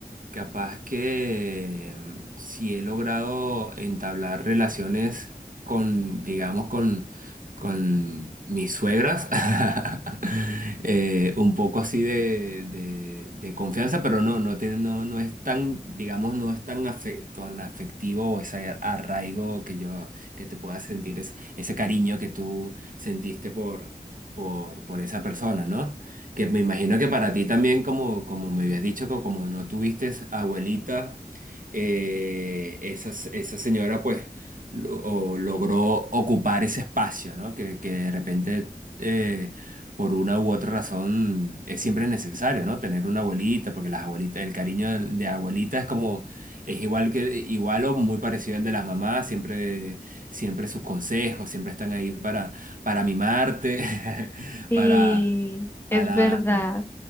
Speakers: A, on the right (about 65°); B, on the left (about 15°).
A: Capaz que mm, si he logrado entablar relaciones con, digamos, con, con mis suegras, <laughs> eh, un poco así de, de- de confianza, pero no, no, tiene- no, no es tan, digamos, no es tan, afe- tan afectivo o ese arraigo que yo, que te puedas sentir, ese, ese cariño que tú sentiste por, por, por esa persona, ¿no? Que me imagino que para ti también, como, como me habías dicho, que como no tuviste abuelita, eh, esa, esa señora pues lo- o logró ocupar ese espacio, ¿no? Que, que de repente, eh, por una u otra razón, es siempre necesario, ¿no? Tener una abuelita, porque las abuelitas, el cariño de, de abuelita es como, es igual que, igual o muy parecido al de las mamás, siempre, siempre sus consejos, siempre están ahí para, para mimarte, <laughs>
B: Y
A: para para,
B: es verdad,